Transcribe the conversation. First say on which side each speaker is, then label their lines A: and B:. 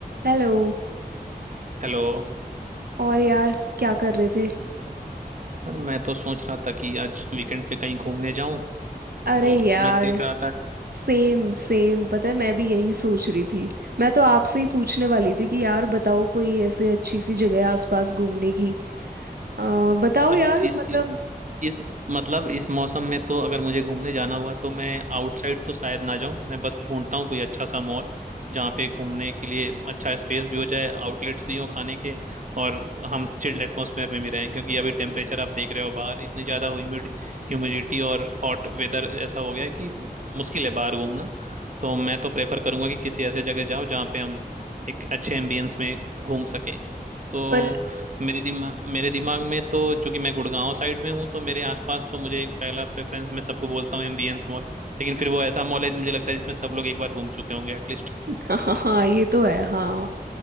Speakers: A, on the right (about 70°); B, on the right (about 50°).
A: Hello
B: Hello
A: और यार क्या कर रहे थे
B: यार मैं तो सोच रहा था कि आज वीकेंड पे कहीं घूमने जाऊं
A: अरे
B: तो
A: यार
B: मैं देख रहा था
A: सेम सेम पता है मैं भी यही सोच रही थी मैं तो आपसे ही पूछने वाली थी कि यार बताओ कोई ऐसे अच्छी सी जगह है आसपास घूमने की आ, बताओ यार
B: यार इस
A: मतलब
B: इस, इस मतलब इस मौसम में तो अगर मुझे घूमने जाना हुआ तो मैं आउटसाइड तो शायद ना जाऊं मैं बस ढूंढता हूँ कोई अच्छा सा मॉल जहाँ पे घूमने के लिए अच्छा स्पेस भी हो जाए आउटलेट्स भी हो खाने के और हम चिल्ड एटमॉस्फेयर में भी रहें क्योंकि अभी टेम्परेचर आप देख रहे हो बाहर इतनी ज़्यादा ह्यूमिड ह्यूमिडिटी और हॉट वेदर ऐसा हो गया है कि मुश्किल है बाहर घूमना तो मैं तो प्रेफर करूंगा कि किसी ऐसे जगह जाओ जहाँ पे हम एक अच्छे एम्बियंस में घूम सकें तो
A: पर
B: मेरे दिमाग मेरे दिमाग में तो चूंकि मैं गुड़गांव साइड में हूँ तो मेरे आसपास तो मुझे पहला प्रेफरेंस मैं सबको बोलता हूँ एमबीएंस मॉल लेकिन फिर वो ऐसा मॉल है मुझे लगता है जिसमें सब लोग एक बार घूम चुके होंगे एटलीस्ट
A: <laughs> हाँ हाँ ये तो है हाँ